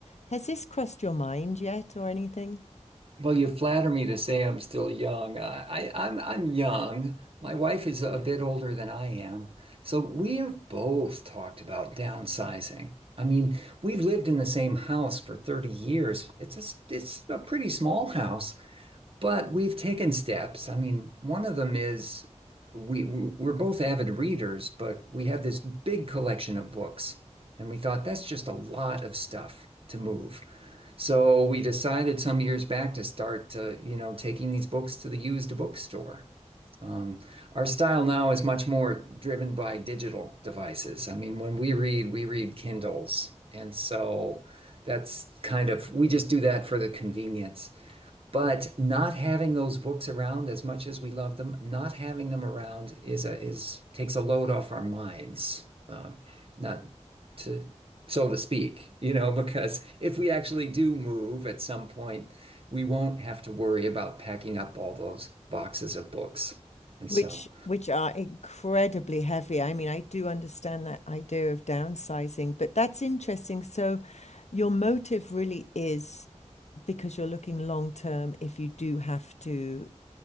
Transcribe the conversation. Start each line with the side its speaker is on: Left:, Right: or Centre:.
Left: has this crossed your mind yet or anything?
Right: Well, you flatter me to say I'm still young. I, I, I'm, I'm young. My wife is a bit older than I am. So we have both talked about downsizing. I mean, we've lived in the same house for 30 years. It's a, s- it's a pretty small house, but we've taken steps. I mean, one of them is we we're both avid readers, but we have this big collection of books, and we thought that's just a lot of stuff to move. So we decided some years back to start, uh, you know, taking these books to the used bookstore. Um, our style now is much more driven by digital devices. I mean, when we read, we read Kindles. And so that's kind of, we just do that for the convenience but not having those books around as much as we love them, not having them around is a is takes a load off our minds, um, not to so to speak, you know, <laughs> because if we actually do move at some point, we won't have to worry about packing up all those boxes of books. And
Left: which
Right: so
Left: which are incredibly heavy. I mean, I do understand that idea of downsizing, but that's interesting. So your motive really is because you're looking long term if you do have to